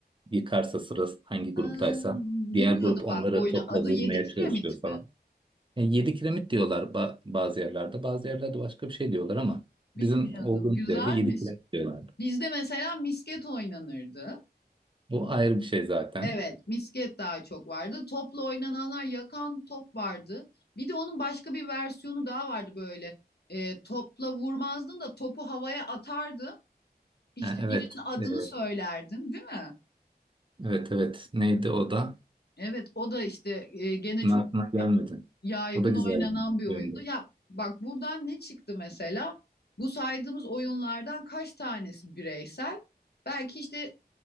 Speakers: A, on the right; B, on the left.
A: yıkarsa sırası hangi gruptaysa.
B: Aa,
A: Diğer
B: bilmiyordum
A: grup onları
B: bak bu oyunu.
A: topla
B: Adı
A: vurmaya
B: Yedi Kiremit
A: çalışıyor falan.
B: mi?
A: Yani yedi kiremit diyorlar ba- bazı yerlerde. Bazı yerlerde başka bir şey diyorlar ama
B: Bilmiyordum.
A: bizim olduğumuz
B: Güzelmiş.
A: yerde yedi kiremit diyorlardı.
B: Bizde mesela misket oynanırdı.
A: Bu ayrı bir şey zaten.
B: Evet, misket daha çok vardı. Topla oynananlar yakan top vardı. Bir de onun başka bir versiyonu daha vardı böyle. Ee, topla vurmazdın da topu havaya atardın. İşte
A: Ha, evet.
B: birinin adını
A: Ee,
B: söylerdin, değil mi?
A: evet evet. Neydi o da?
B: Evet, o da işte e, gene
A: Bunun
B: çok
A: Aklına gelmedi.
B: yaygın
A: O da güzel
B: oynanan
A: bir
B: bir oyundu.
A: oyundu.
B: Ya bak buradan ne çıktı mesela? Bu saydığımız oyunlardan kaç tanesi bireysel? Belki işte